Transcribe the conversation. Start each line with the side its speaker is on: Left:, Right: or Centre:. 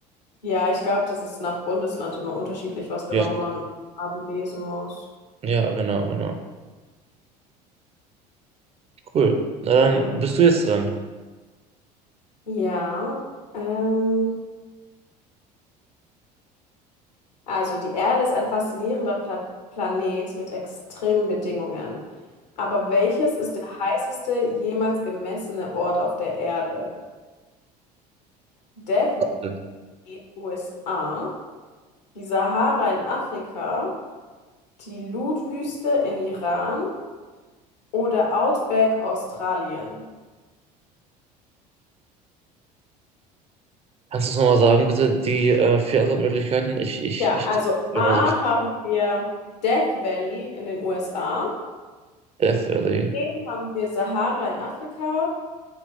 Left: Ja, ich glaube, das ist nach Bundesland immer unterschiedlich, was genau
Right: Ja,
Left: man im Abi lesen muss.
Right: ja, genau, genau. Cool. Na dann
Left: Cool.
Right: bist du jetzt dran.
Left: Ja, ähm, also die Erde ist ein faszinierender Pla Planet mit extremen Bedingungen. Aber welches ist der heißeste jemals gemessene Ort auf der Erde? Death Valley,
Right: Ja.
Left: USA, die Sahara in Afrika, die Lutt-Wüste in Iran oder Outback Australien?
Right: Kannst du es nochmal sagen, bitte, die äh, vier Antwortmöglichkeiten? Ich, ich,
Left: Ja,
Right: ich,
Left: also
Right: genau,
Left: A
Right: so
Left: haben wir Death Valley in den USA,
Right: Death Valley.
Left: B haben wir Sahara in Afrika,